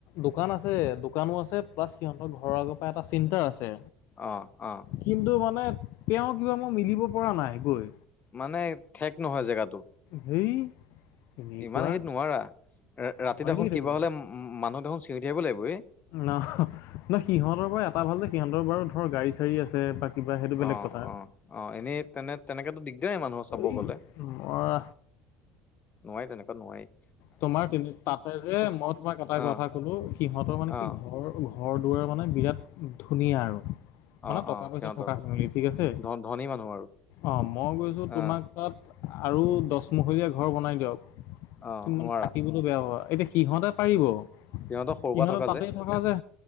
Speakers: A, on the left (about 60°); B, on the left (about 35°).
A: দোকান আছে, দোকানো আছে প্লাছ সিহঁতৰ ঘৰৰ আগৰ পৰা এটা চিন্তা আছে।
B: অহ, অহ।
A: কিন্তু মানে তেওঁ, কিবা মই মিলিব পৰা নাই? গৈ
B: মানে, ঠেক নহয় জেগাটো।
A: হেই এনেকুৱা
B: ইমান হেত নোৱাৰা, ৰা-ৰাতি
A: মই
B: দেখোন
A: দি থাকিব
B: কিবা হলে মানুহ দেখোন চিঞৰি থাহিব লাগিব এ।
A: ন ন সিহঁতৰ পৰা এটা ভাল যে সিহঁতৰ বাৰু ধৰ গাড়ী চাড়ী আছে, বা কিবা সেইটো বেলেগ
B: অ',
A: কথা
B: অ'। অ', এনেই তেনে তেনেকেতো দিগদাৰেই মানুহৰ চাব
A: এই
B: গ'লে
A: নোৱাৰা।
B: নোৱাৰি, তেনেকুৱা নোৱেৰি।
A: তোমাৰ কিন্তু তাতে যে, মই তোমাক এটা
B: অ
A: কথা কলো সিহঁতৰ মানে
B: অ
A: কি ঘৰৰ ঘৰ-দুৱাৰ মানে, বিৰাট ধুনীয়া আৰু। মানে
B: অ
A: টকা
B: অ
A: পইচা
B: সিহঁতৰ
A: থকা, মিলি ঠিক আছে?
B: ধ ধনী মানুহ আৰু
A: অ', মই গৈছো তোমাক
B: অ
A: তাত আৰু দচমহলীয়া ঘৰ বনাই দিয়ক,
B: অ
A: <unintelligible>
B: নোৱাৰা
A: থাকিবলে বেয়া হয়। এতিয়া সিহঁতে পাৰিব,
B: সিহঁতৰ সৰু
A: সিহঁতে
B: পৰা
A: তাতেই
B: যে
A: থকা যে।